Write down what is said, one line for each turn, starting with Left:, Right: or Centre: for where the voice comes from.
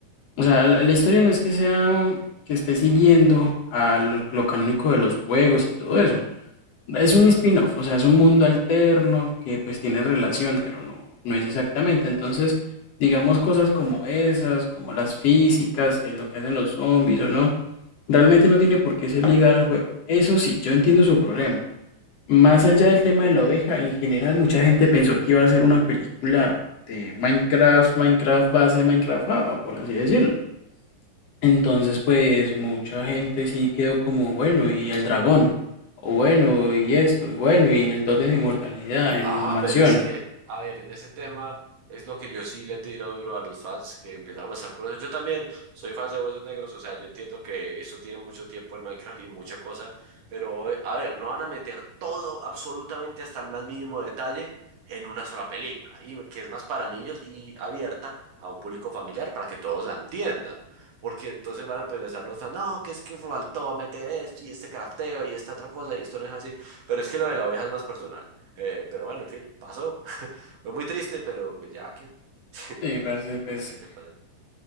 Left: O sea, la, la historia no es que sea um, que esté siguiendo a lo, lo canónico de los juegos y todo eso. Es un spin-off, o sea, es un mundo alterno que pues tiene relación, pero no, no es exactamente. Entonces, digamos cosas como esas, como las físicas, que es lo que hacen los zombies o no, realmente no tiene por qué ser ligada al juego. Eso sí, yo entiendo su problema. Más allá del tema de la oveja, en general mucha gente pensó que iba a ser una película de Minecraft, Minecraft base, Minecraft Java, por así decirlo. Entonces, pues mucha gente sí quedó como, bueno, y el dragón, o bueno, y esto, y bueno, y el tótem de inmortalidad
Right: Ah,
Left: en la mansión.
Right: pero es que, a ver, en ese tema es lo que yo sí le tiro duro a los fans que empiezan a pasar con eso. Yo también soy fan de Huesos Negros, o sea, yo entiendo que eso tiene mucho tiempo el Minecraft y mucha cosa, pero eh, a ver, no van a meter todo, absolutamente hasta el más mínimo detalle, en una sola película, y que es más para niños y abierta a un público familiar para que todos la entiendan. Porque entonces van a empezar los fans, no, que es que faltó meter esto y este crafteo y esta otra cosa y esto no es así. Pero es que lo de la oveja es más personal. Eh, pero bueno, en fin, pasó. <laughs> Fue muy triste, pero pues ya que, <laughs>
Left: Sí, parce, pues
Right: ya que se pasa.